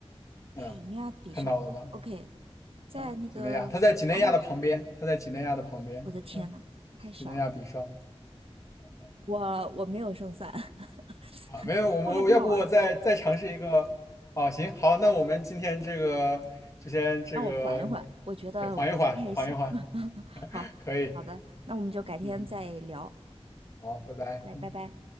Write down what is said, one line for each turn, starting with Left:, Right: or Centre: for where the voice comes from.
Left: 嗯，
Right: 几内亚比绍哦，OK，
Left: 看到了吗？
Right: 在那个，
Left: 嗯，几内亚，他在几内亚的旁边，
Right: 哦，
Left: 他在几内亚的旁边，
Right: 我的天呐，
Left: 嗯，
Right: 太小了。
Left: 几内亚比绍
Right: 我我没有胜算，<laughs>
Left: 啊，没有，我我要不我再再尝试一个，
Right: 那还挺好玩儿
Left: 哦，行，好，那我们今天这个就先这个，
Right: 让我缓一缓，我觉得我不太行。
Left: 对缓一缓，缓一缓，
Right: 好，
Left: 可以，
Right: 好的，那我们就改天再聊，
Left: 嗯，
Right: 好
Left: 好，拜拜。
Right: 嘞，
Left: 嗯。
Right: 拜拜。